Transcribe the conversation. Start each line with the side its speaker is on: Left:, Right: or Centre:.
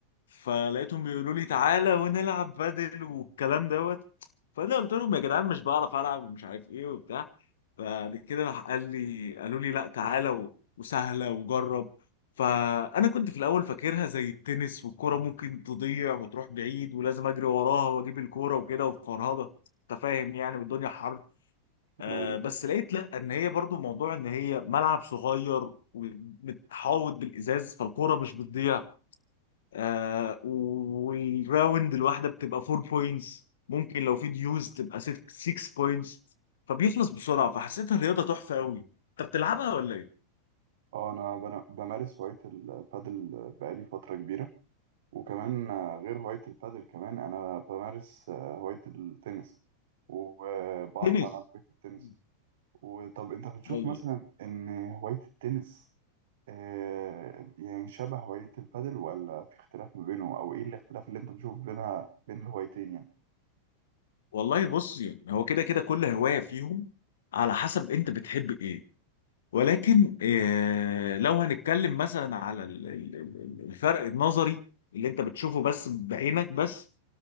Left: فلقيتهم بيقولوا لي تعالى ونلعب بادل والكلام دوت فأنا قلت لهم يا جدعان مش بعرف ألعب ومش عارف إيه وبتاع فبعد كده راح قال لي قالوا لي لا تعالى و- وسهلة وجرب فأنا كنت في الأول فاكرها زي التنس والكرة ممكن تضيع وتروح بعيد ولازم أجري وراها وأجيب الكورة وكده وفرهضة أنت فاهم يعني والدنيا حر آه
Right: لا يوجد.
Left: بس لقيت لا ان هي برضو موضوع ان هي ملعب صغير ومتحوط بالازاز فالكوره مش بتضيع آه والراوند الواحده بتبقى 4 بوينتس ممكن لو في ديوز تبقى 6 بوينتس فبيخلص بسرعه فحسيتها الرياضه تحفه قوي انت بتلعبها ولا ايه؟
Right: اه انا بن- بمارس هواية البادل بقالي فترة كبيرة وكمان آه، غير هواية البادل كمان انا بمارس آه، هواية التنس وبعرف
Left: تنس
Right: ألعب هواية التنس
Left: مم.
Right: وطب انت بتشوف
Left: ايوه
Right: مثلا ان هواية التنس آه، يعني شبه هواية البادل ولا في اختلاف ما بينهم أو إيه الاختلاف اللي أنت بتشوف بينها بين الهوايتين يعني؟
Left: والله بص يعني هو كده كده كل هوايه فيهم على حسب انت بتحب ايه ولكن آه، لو هنتكلم مثلا على ال- ال- ال- الفرق النظري اللي انت بتشوفه بس بعينك بس